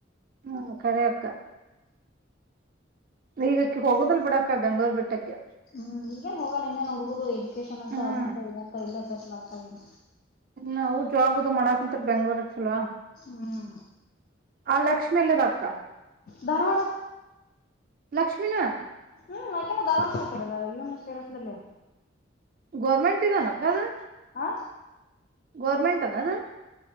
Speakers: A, on the right (about 45°); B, on the left (about 50°).
A: ಹ್ಮ್ ಕರೆ ಅಕ್ಕಾ. ಈಗಕ್ಕೆ ಹೋಗುದಲ್ ಬಿಡಾಕ ಬೆಂಗ್ಗಳೂರ್ ಬಿಟ್ಟಕ್ಕೆ.
B: ಹ್ಮ್ ಈಗೇನ್ ಹೋಗಲ್ಲ ಇನ್ನೇನ್ ಹುಡ್ಗೋುದು ಎಜುಕೇಶನ್ ಅಂತ
A: ಹ್ಮ್
B: ಅದಂತ ಇದಂತ ಇಲ್ಲ ಸೆಟ್ಲ್ ಆಗ್ತಿಲ್ಲ.
A: ನವು ಜಾಬ್ದು ಮಾಡಾಕಂತರ ಬೆಂಗ್ಳೂರ್ ಹತ್ಲ್ವಾ.
B: ಹ್ಮ.
A: ಆ ಲಕ್ಷ್ಮಿ ಎಲ್ಲದ ಅಕ್ಕ.
B: ಧಾರವಾಡ.
A: ಲಕ್ಷ್ಮೀಿನ.
B: ಹ್ಮ್ ಆಕಿನು ಧಾರವಾಡ ಕ ಹಾಕಿರಲ್ಲ ಇವನು ಸೇಸದಲ್ಲಿ.
A: ಗೋರ್ಮೆಂಟ್ ಇದ್ದಾನಕ್ಕದ.
B: ಹಾ
A: ಗೌರ್ಮೆಂಟ್ನ ಅದ.